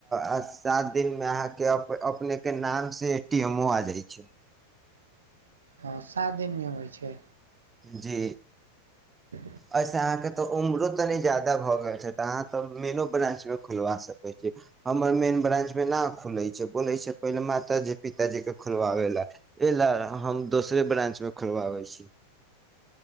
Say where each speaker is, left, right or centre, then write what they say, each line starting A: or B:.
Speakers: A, on the right; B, on the right.
A: आ सात दिन मे अहाँ के अपने के नाम से एटीमो आ जाइ छै
B: हँ सात दिनमे होइ छै
A: जी
B: ह
A: एहिसँ अहाँके तऽ उम्रो तनी ज्यादा भऽ गेल छै तऽ अहाँ तऽ मेनो ब्रां्चमे खुलवा सकैत छी हमर मेन ब्रां्च मे ना खुले छै बोले छै पहिले मातााजी पिताजी के खोलवाबे ला ल हम दोसरे ब्रानं्च मे खोलबाबै छी